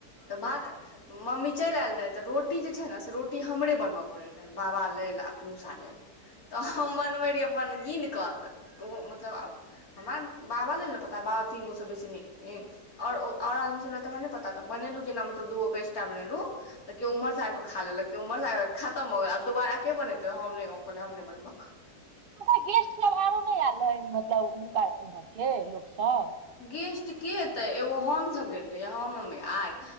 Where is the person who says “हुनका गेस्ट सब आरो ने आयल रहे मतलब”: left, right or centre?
Right